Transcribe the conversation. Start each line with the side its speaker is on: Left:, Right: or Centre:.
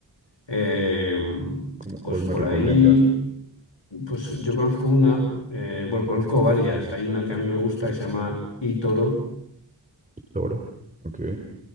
Left: Eh,
Right: ¿Cómo cuál
Left: pues
Right: me
Left: por
Right: recomiendas?
Left: ahí. Pues yo conozco una, eh, bueno, conozco varias. Hay una que a mí me gusta que se llama eToro,
Right: Toro. Ok,